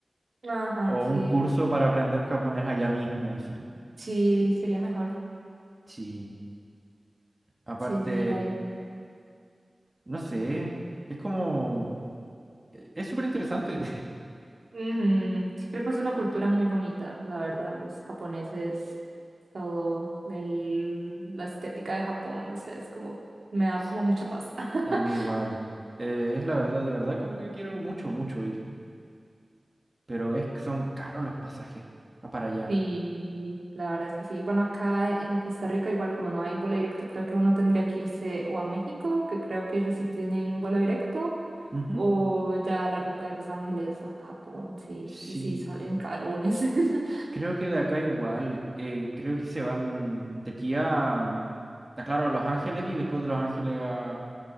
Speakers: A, on the right; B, on the right.
A: Ajá,
B: o
A: sí.
B: un curso para aprender japonés allá mismo, así.
A: Sí, sería mejor.
B: Sí. Aparte,
A: Sí, sí, ir ahí.
B: no sé, es como, e-, es súper interesante.
A: Ujú. Sí, creo que es una cultura muy bonita, la verdad. Los japoneses, todo el, la estética de Japón, no sé, es como. Me da
B: <laughs>
A: como mucha paz. <laughs>
B: A mí igual. Eh, es la verdad, de verdad, como que quiero mucho, mucho ir. Pero es que son caros los pasajes a- para allá.
A: Sí, la verdad es que sí. Bueno, acá en Costa Rica, igual como no hay vuelo directo, creo que uno tendría que irse o a México, que creo que ellos sí tienen un vuelo directo,
B: Ujú.
A: O ya la ruta de Los Ángeles a Japón, sí.
B: Sí,
A: Y sí, salen carones. <laughs>
B: creo que de acá igual. eh, creo que se van de aquí a, mm, a, claro, a Los Ángeles y después de Los Ángeles a,